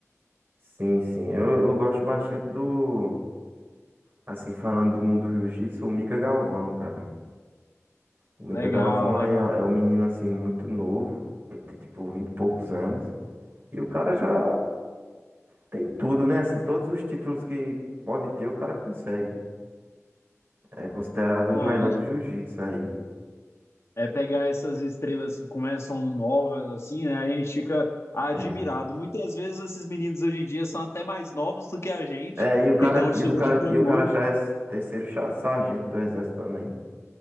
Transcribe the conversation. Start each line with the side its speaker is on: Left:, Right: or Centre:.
Right: Sim, sim, eu, eu gosto bastante do, assim, falando do mundo do jiu-jitsu, o Mika Galvão, cara. O Mika
Left: Legal,
Right: Galvão
Left: legal.
Right: aí é, é um menino, assim, muito novo, ele tem, tipo, vinte e poucos anos, e o cara já tem tudo, né? Assim, todos os títulos que pode ter, o cara consegue. É considerado
Left: Ah,
Right: o melhor do jiu-jitsu aí.
Left: é pegar essas estrelas que começam novas, assim, né? A gente fica admirado.
Right: é.
Left: Muitas vezes esses meninos hoje em dia são até mais novos do que a gente
Right: É, e o cara,
Left: e estão
Right: e
Left: chegando
Right: o cara,
Left: tão
Right: e
Left: longe.
Right: o cara já é terceiro cha- sargento do exército também.